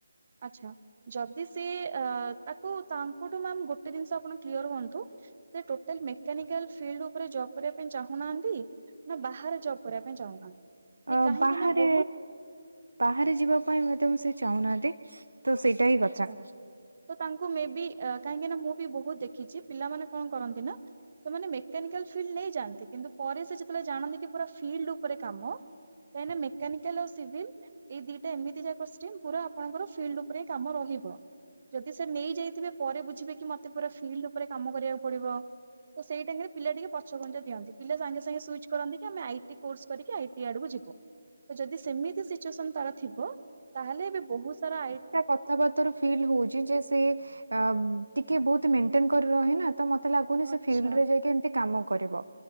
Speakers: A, on the right; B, on the right.
A: ଆଚ୍ଛା। ଯଦି ସେ ଅ ତାକୁ ତାଙ୍କଠୁ ମ୍ୟାମ ଗୋଟେ ଜିନିଷ ଆପଣ କ୍ଲିୟର ହୁଅନ୍ତୁ ସେ ଟୋଟାଲ ମେକାନିକାଲ୍ ଫିଲ୍ଡ ଉପରେ ଜ ବ୍ କରିବା ପାଇଁ ଚାହୁଁନାହାନ୍ତି ନା ବାହାରେ ଜବ୍ କରିବା ପାଇଁ ଚାହୁଁନାହାନ୍ତି। ସେ
B: ଆ
A: କାହିଁକି
B: ବାହାରେ
A: ନା ବହୁତ
B: ବାହାରେ ଯିବା ପାଇଁ <unintelligible> ସେ ଚାହୁଁନାହାନ୍ତି ତ ସେଇଟା ହିଁ
A: ଆଚ୍ଛା
B: କଥା।
A: ତ ତାଙ୍କୁ ମେ ବି ଏ କାହିଁକି ନା ମୁଁ ବି ବୋହୁତ ଦେଖିଚୀ ପିଲାମାନେ କଣ କରନ୍ତି ନା। ସେମାନେ ମେକାନିକାଲ୍ ଫିଲ୍ଡ ନେଇ ଯାଆନ୍ତି କିନ୍ତୁ ପରେ ସେ ଯେତେବେଳେ ଜାଣନ୍ତି କି ପୁରା ଫିଲ୍ଡ ଉପରେ କାମ। କାହିଁକି ନା ମେକାନିକାଲ ଆଉ ସିଭିଲ୍ ଏଇ ଦିଟା ଏମିତି ଯାକ ଷ୍ଟ୍ରିମ୍ ପୁରା ଆପଣଙ୍କର ଫିଲ୍ଡ ଉ ପରେ କାମ ରହିବ। ଯଦି ସେ ନେଇ ଯାଇଥିବେ ପରେ ବୁଝିବେ କି ମତେ ପୁରା ଫିଲ୍ଡ ଉପରେ କାମ କରିବାକୁ ପଡିବ। ତ ସେଇ ଟାଇମରେ ପିଲା ଟିକେ ପଛ ଘୁଞ୍ଚା ଦିଅନ୍ତି। ପିଲା ସାଙ୍ଗେ ସାଙ୍ଗେ ସୁଇଚ୍ କରନ୍ତି କି ଆମେ ଆଇଟି କୋର୍ଷ କରିକି ଆ ଇଟି ଆଡକୁ ଯିବୁ ତ ଯଦି ସେମିତି ସିଚୁଏସନ ତାର ଥିବ ତାହେଲେ ଏବେ ବୋହୁତ ସାରା ଆଇ
B: କଥାବାର୍ତରୁ ଫିଲ୍ ହୋଉଚି, ଯେ ସେ ଆ ଟିକେ ବୋହୁତ ମେଣ୍ଟେନ କରି ରହେନା। ତ ମତେ ଲାଗୁନି ସେ
A: ଆଚ୍ଛା
B: ଫିଲ୍ଡ ରେ ଯାଇକି ଏମିତି କାମ କରିବ।